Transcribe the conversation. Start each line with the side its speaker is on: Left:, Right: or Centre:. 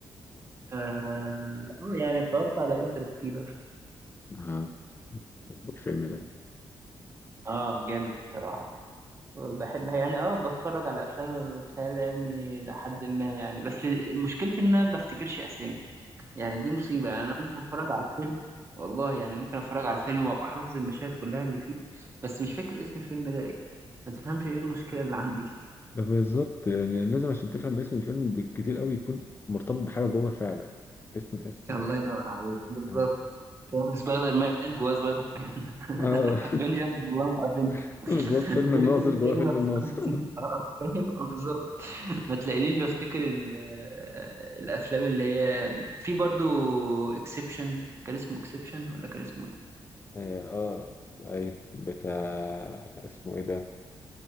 Right: آه آه، يعني اتفرجت على انترستيلر
Left: ها الفيلم ده
Right: اه جامد الصراحة بحب يعني اه بتفرج على أفلام الخيال العلمي لحد ما يعني بس مشكلتي إن أنا ما بفتكرش أسامي يعني دي مصيبة يعني أنا ممكن أتفرج على الفيلم والله يعني ممكن أتفرج على الفيلم وأبقى حافظ المشاهد كلها اللي فيه بس مش فاكر اسم الفيلم ده ما تفهمش ايه المشكله اللي عندي
Left: ده بالظبط يعني لازم عشان تفهم اسم الفيلم بالكتير قوي يكون مرتبط بحاجه جوه فعلا اسم اسم
Right: <laughs>
Left: يعني
Right: الله ينور عليك بالظبط
Left: اه
Right: كان سبايدر مان جواه سبايدر مان <laughs>
Left: اه
Right: افنجرز اللهم افنجرز
Left: <laughs>
Right: <laughs>
Left: بالظبط فيلم
Right: غير
Left: الناظر
Right: كده
Left: جوه
Right: تلاقيني
Left: فيلم
Right: ما افتكرتش
Left: الناظر
Right: <laughs>
Left: <laughs>
Right: آه، فاهم آه، بالظبط ما تلاقينيش بفتكر ال- آه، الافلام اللي هي في برضو اكسبشن كان اسمه اكسبشن ولا كان اسمه ايه
Left: اه آه، ايوه بتاع اسمه ايه ده